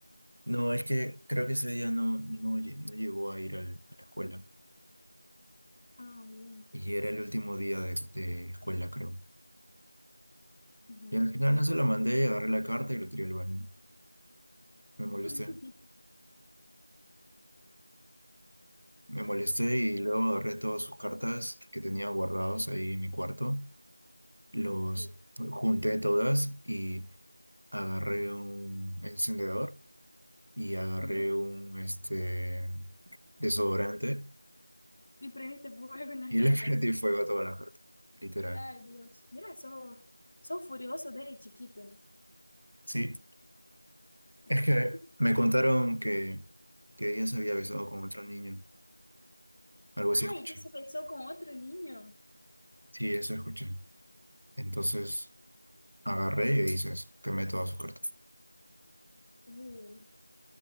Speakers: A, on the right; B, on the left.
A: no, es que creo que ese día no, no, lle- no llegó a ir al- a la escuela.
B: Ah, bien.
A: Y era el último día de, de escuela, creo.
B: Ujú.
A: Y al final no se la mandé, agarré la carta y lo tiré al baño. Me molesté.
B: <laughs>
A: Me molesté y luego agarré todas sus cartas que tenía guardados ahí en mi cuarto los
B: Sí.
A: junté todas y agarré un encendedor y agarré
B: Y,
A: un este, desodorante
B: y prendiste fuego con las
A: y
B: cartas.
A: le <laughs> prendí fuego a todas las cartas, literal.
B: Ay, Dios. Mira, sos, sos furioso desde chiquito, ¿no?
A: Sí,
B: <laughs>
A: es que me contaron que, que ella se había besado con otro niño, algo
B: Ay,
A: así escuché.
B: ella se besó con otro niño.
A: Sí, eso escuché. Entonces agarré y dices, quemé todas sus cartas.
B: Uh.